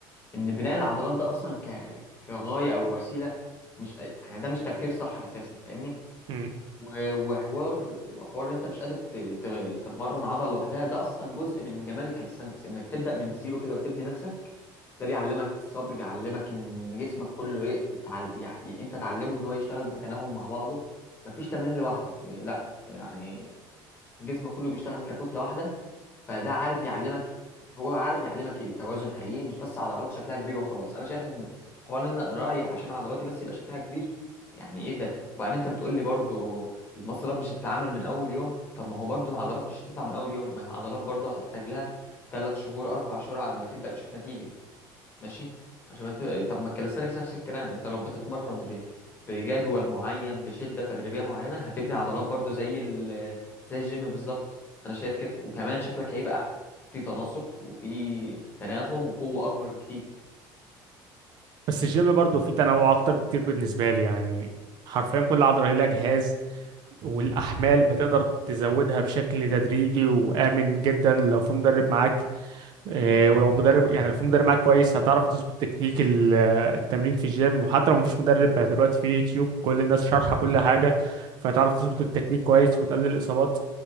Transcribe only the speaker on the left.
ان بناء العضلات ده اصلا ك... كغايه او وسيله مش يعني ده مش تفكير صح اساسا فاهمني
و- وحوار وحوار إن انت مش قادر ت... ت... تمرن عضله لوحدها ده اصلا جزء من جمال الكاليستانكس انك تبدا من الزيرو كده وتبني نفسك ده بيعلمك الصبر بيعلمك ان جسمك كله ي- يتعل... يعني انت تعلمه ان هو يشتغل بتناغم مع بعضه مفيش تمرين لوحده لا يعني جسمك كله بيشتغل ككتله واحده فده عارف يعلمك هو عارف يعلمك ايه توازن حقيقي مش بس عضلات شكلها كبير وخلاص انا شايف ان حوار ان انا رايح عشان عضلاتي بس يبقى شكلها كبير يعني ايه ده وبعدين انت بتقول لي برضو المصل اب مش هتتعمل من اول يوم طب ما هو برضو العضلات مش هتطلع من اول يوم ما هي العضلات برضو هتحتاج لها ثلاث شهور اربع شهور على ما تبدا تشوف نتيجه ماشي عشان ما ت- طب ما الكاليستانكس نفس الكلام انت لو بتتمرن ب... بجدول معين بشدة تدريبية معينة هتبني عضلات برضو زي ال... زي الجيم بالظبط انا شايف كده وكمان شكلك هيبقى احلى في تناسق وفي تناغم وقوة اكبر بكتير